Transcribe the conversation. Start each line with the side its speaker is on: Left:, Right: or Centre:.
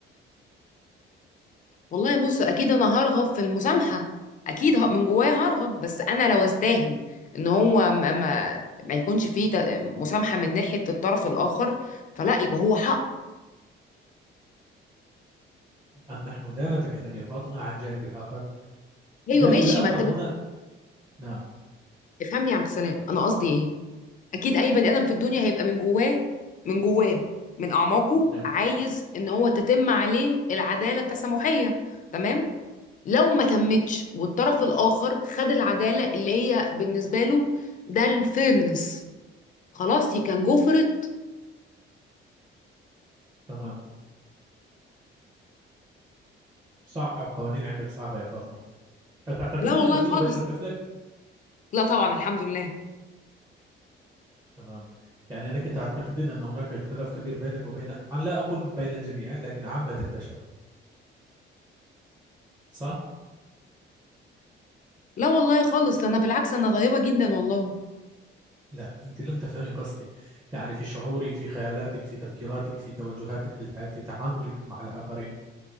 Left: والله بص اكيد انا هرغب في المسامحه اكيد ه- من جوايا هرغب بس انا لو استاهل ان هو ما ما, ما يكونش فيه ت- مسامحه من ناحيه الطرف الاخر فلا يبقى هو حق
Right: أم نحن لا نتكلم يا فاطمة عن جانب الآخر
Left: ايوه
Right: جانب
Left: ماشي
Right: الآخر
Left: ما انت
Right: هنا نعم
Left: بتفهمني يا عبد السلام انا قصدي ايه اكيد اي بني ادم في الدنيا هيبقى من جواه من جواه من اعماقه
Right: نعم
Left: عايز ان هو تتم عليه العداله التسامحيه تمام لو ما تمتش والطرف الاخر خد العداله اللي هي بالنسبه له ده الفيرنس خلاص هي كان جو فور ات
Right: تمام صعب قوانين عندك صعبة يا فاطمة أتعتقدين
Left: لا والله
Right: أن كل
Left: خالص
Right: بشر مثلك؟
Left: لا طبعا الحمد لله
Right: تمام يعني أنك تعتقدين أن هناك اختلاف كبير بينك وبين أنا لا أقول بين الجميع لكن عامة البشر صح؟
Left: لا والله خالص انا بالعكس انا طيبه جدا والله
Right: لا أنت لم تفهمي قصدي يعني في شعورك في خيالاتك في تفكيراتك في توجهاتك للحياة في تعاملك مع الآخرين